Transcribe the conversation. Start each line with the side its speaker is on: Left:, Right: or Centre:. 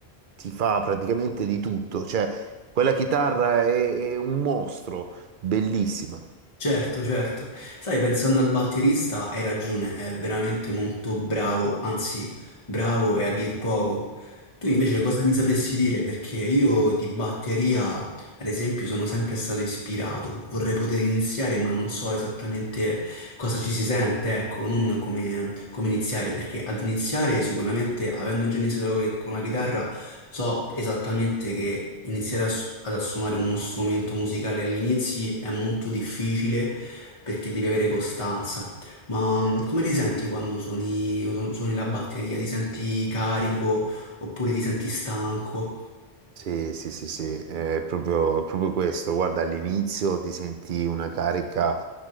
Right: ti fa praticamente di tutto. Cioè, quella chitarra è, è un mostro, bellissima.
Left: Certo, certo. Sai, pensando al batterista, hai ragione, è veramente molto bravo, anzi, bravo è a dir poco. Tu invece
Right: Sì.
Left: cosa mi sapresti dire? Perché io di batteria, ad esempio, sono sempre stato ispirato. Vorrei poter iniziare, ma non so esattamente cosa ci si sente, ecco, non come, come iniziare, perché ad iniziare sicuramente, avendo già iniziato con la chitarra, So esattamente che iniziare a s- ad suonare uno strumento musicale agli inizi è molto difficile perché devi avere costanza, ma mh, come ti senti quando suoni, su- suoni la batteria? Ti senti carico oppure ti senti stanco?
Right: Sì, sì, sì, sì, è proprio, è proprio questo. Guarda, all'inizio ti senti una carica